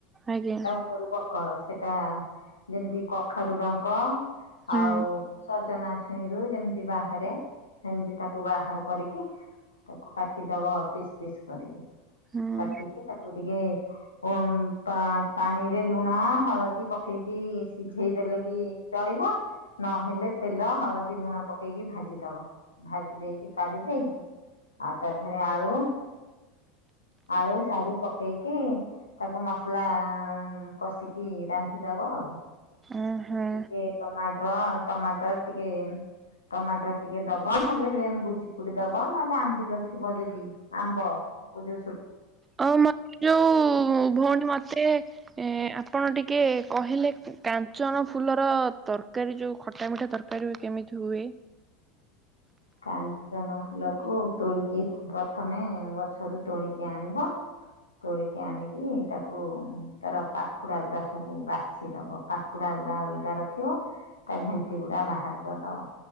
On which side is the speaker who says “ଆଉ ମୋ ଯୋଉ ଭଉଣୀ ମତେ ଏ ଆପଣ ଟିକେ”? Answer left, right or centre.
Right